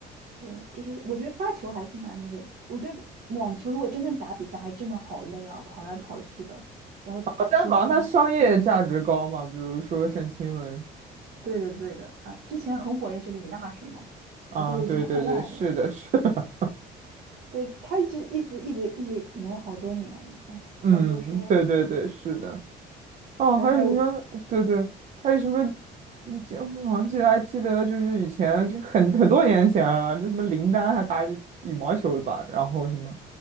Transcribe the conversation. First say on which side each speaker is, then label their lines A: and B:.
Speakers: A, on the right (about 60°); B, on the right (about 45°).
A: 对，就是我觉得发球还是蛮那个，我觉得网球如果真正打比赛，还真的好累啊，跑来跑去的，然后打球是要非常用力。
B: 啊，但好像它商业价值高嘛，比如说郑钦文。
A: 对的，对的啊，之前很火也是李娜是吗？
B: 啊，
A: 我都我已经快忘了。
B: 对对对，是的，是的
A: 对，她一直一直一直一直赢了好多年了，哎，
B: <laughs> 嗯，
A: 反正就是，
B: 对对对，是的。哦，
A: 然后还有
B: 还有什么？对对，还有什么？以前我好像记得还记得，就是以前就很很多年前啊，就什么林丹还打羽羽毛球的吧，然后什么，